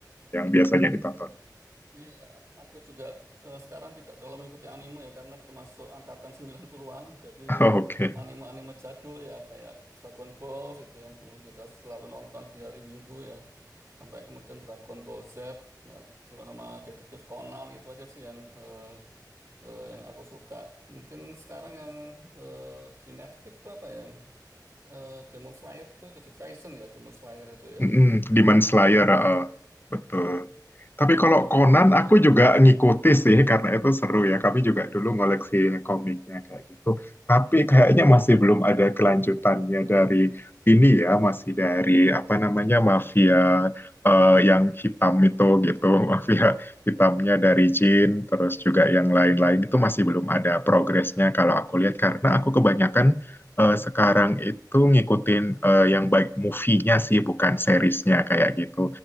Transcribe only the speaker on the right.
Iya, aku juga eh, sekarang tidak terlalu mengikuti anime ya karena termasuk angkatan 90-an. Jadi
anime-anime jadul ya kayak Dragon Ball itu yang dulu kita selalu nonton di hari Minggu ya. Sampai kemudian Dragon Ball Z, nah, terus sama Detektif Conan itu aja sih yang eh, eh, yang aku suka. Mungkin sekarang yang eh, di Netflix itu apa ya? yang eh, Demon Slayer itu Jujutsu Kaisen ya, Demon Slayer itu
ya.
Oke,
sam-
mm.